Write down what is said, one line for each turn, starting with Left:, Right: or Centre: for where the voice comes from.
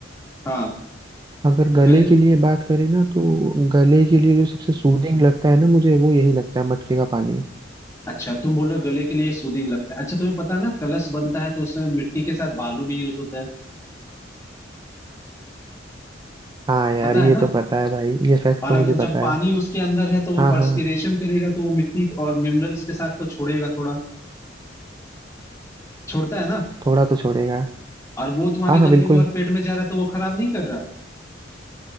Left: हाँ
Right: अगर गले
Left: गले
Right: के लिए बात करें ना तो गले के लिए जो सबसे सूदिंग लगता है ना मुझे वो यही लगता है मटके का पानी
Left: अच्छा तुम बोलो गले के लिए सूदिंग लगता है अच्छा तुम्हें पता है ना कलश बनता है तो उसमें मिट्टी के साथ बालू भी यूज होता है
Right: हाँ यार
Left: पता
Right: ये
Left: है ना
Right: तो पता है भाई ये फैक्ट
Left: और
Right: तो
Left: अगर
Right: मुझे पता
Left: जब पानी
Right: है
Left: उसके अंदर है तो वो
Right: हाँ
Left: पर्सपिरेशन
Right: हाँ
Left: करेगा तो वो मिट्टी और मिनरल्स के साथ तो छोड़ेगा थोड़ा छोड़ता है ना
Right: थोड़ा तो छोड़ेगा
Left: और वो तुम्हारे
Right: हाँ हाँ
Left: गले
Right: बिल्कुल
Left: में और पेट में जा रहा है तो वो खराब नहीं कर रहा